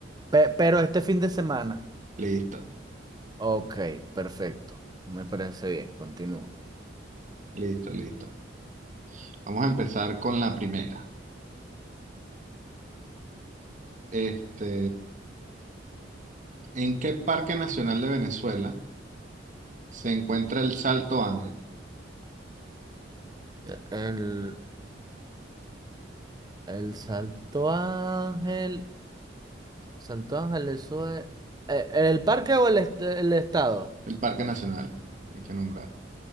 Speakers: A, on the right; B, on the right.
A: Pe- pero este fin de semana.
B: Listo,
A: Ok, perfecto. Me parece bien. Continúa.
B: listo, listo. Vamos a empezar con la primera. Este, ¿en qué parque nacional de Venezuela se encuentra el Salto Ángel?
A: E- El, el Salto Ángel. Salto Ángel, eso es. e- ¿El parque o el, est- el estado?
B: El parque nacional, hay que nombrar.